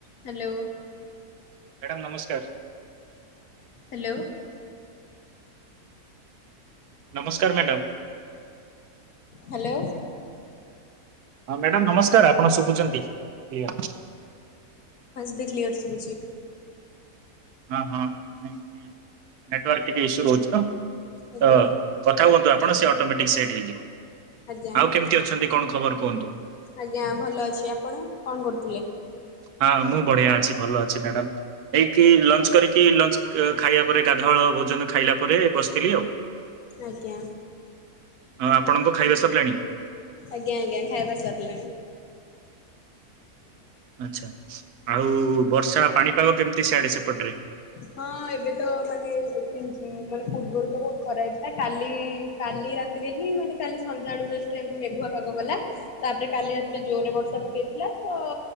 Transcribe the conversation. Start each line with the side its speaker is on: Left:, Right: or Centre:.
Left: Hello
Right: madam ନମସ୍କାର।
Left: Hello.
Right: ନମସ୍କାର madam.
Left: Hello.
Right: ହଁ ମ୍ୟାଡାମ ନମସ୍କାର ଆପଣ ଶୁଭୁଚନ୍ତି କ୍ଲିଅର।
Left: ଏବେ କ୍ଲିଅର ଶୁବୁଚି।
Right: ହଁ ହଁ ନାଇଁ ଟିକେ ନେଟୱର୍କ ଟିକେ ଇସୁ ରହୁଚି ତ।
Left: ଆଜ୍ଞା
Right: ହ କଥା ହୁହନ୍ତୁ ଆପ ଆପଣ ସେ ଅଟୋମେଟିକ ସେଟ ହେଇଯିବ।
Left: ଆଜ୍ଞା
Right: ଆଉ
Left: ଆଜ୍ଞା
Right: କେମିତି ଅଛନ୍ତି କଣ ଖବର? କୁହନ୍ତୁ
Left: ଆଜ୍ଞା ଭଲ ଅଛି, ଆପଣ କଣ କରୁଥିଲେ?
Right: ହଁ ମୁଁ ବଢିଆ ଅଛି ଭଲ ଅଛି ମ୍ୟାଡ଼ାମ, ଏଇକି ଲଞ୍ଚ କରିକି ଲଞ୍ଚ ଖାଇବା ପରେ ଗାଧଆଳ ଭୋଜନ ଖାଇଲା ପରେ ବସିଥିଲି ଆଉ ।
Left: ଆଜ୍ଞା,
Right: ଆଉ ଆପଣଙ୍କ ଖାଇବା ସରିଲାଣି
Left: ଆଜ୍ଞା ଆଜ୍ଞା ଖାଇବା ସରିଲାଣି, <inaudible>
Right: ଅଚ୍ଛା, ଆଉ ବର୍ଷା ପାଣିପାଗ କେମିତି ସିଆଡେ ସେପଟରେ?
Left: ହଁ ଏବେ ତ ମାନେ <unintelligible> ମାନେ ପୂର୍ବରୁ ତ ବହୁତ ଖରା ହେଇଥିଲା କାଲି କାଲି ରାତିରେ ହିଁ ମାନେ କାଲି ସନ୍ଧ୍ୟାବେଳୁ ଜଷ୍ଟ ଏମତି ମେଘୁଆ ପାଗ କଳା ତାପରେ କାଲି ରାତିରେ ଜୋରରେ ବର୍ଷା ପକେଇଥିଲା ତ